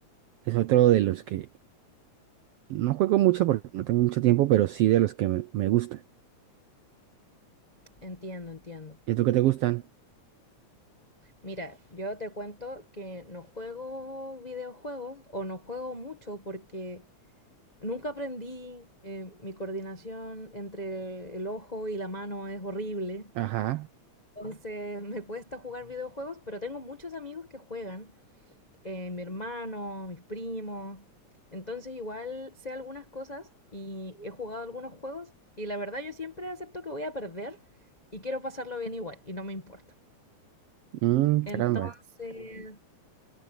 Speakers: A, on the right; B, on the left.
A: Es otro de los que no juego mucho porque no tengo mucho tiempo, pero sí de los que me, me gustan.
B: Entiendo, entiendo.
A: ¿Y tú qué te gustan?
B: Mira, yo te cuento que no juego videojuegos o no juego mucho porque nunca aprendí, eh, mi coordinación entre el ojo y la mano es horrible.
A: Ajá.
B: Entonces me cuesta jugar videojuegos, pero tengo muchos amigos que juegan, eh, mi hermano, mis primos. Entonces igual sé algunas cosas y he jugado algunos juegos y la verdad yo siempre acepto que voy a perder y quiero pasarlo bien igual y no me importa.
A: Mm,
B: Entonces,
A: caramba.